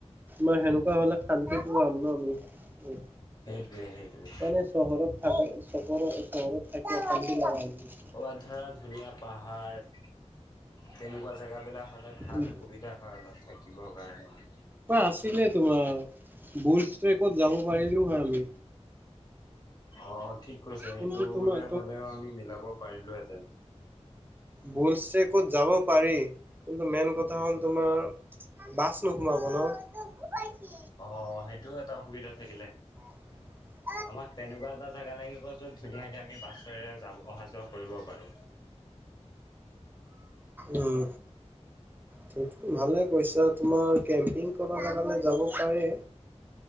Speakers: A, on the right; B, on the left.
A: মই সেনেকুৱা হলে শান্তিত পোৱা পাম ন আমি
B: সেইটোৱে সেইটোৱে
A: মানে চহৰত থাকে চহৰ চহৰত থাকিল
B: কবাত ধৰা ধুনীয়া পাহাৰ তেনেকুৱা জেগাবিলাক হলে ভাল
A: উম
B: সুবিধা হয় অলপ থাকিবৰ কাৰণে
A: আছিলে তোমাৰ বোচ প্ৰেকত যাব পাৰিলো হয় আমি
B: অ ঠিক কৈছে সেইটো
A: কিন্তু তোমাৰ
B: হ'লেও আমি মিলাব পাৰিলোহেঁতেন
A: বোচছে ক'ত যাব পাৰি কিন্তু মেইন কথা হ'ল তোমাৰ বাছ নোপোৱা মোনো ন
B: অ সেইটোও এটা অ সুবিধা থাকিলে
A: <inaudible>
B: আমাক তেনেকুৱা এটা জোগা লাগিব যত ধুনীয়াকে আমি বাছেৰে যাব অহা যোৱা কৰিব পাৰো
A: উম সেইটো ভালে কৈছা তোমাৰ কেম্পিং কৰ লগে যাব পাৰে।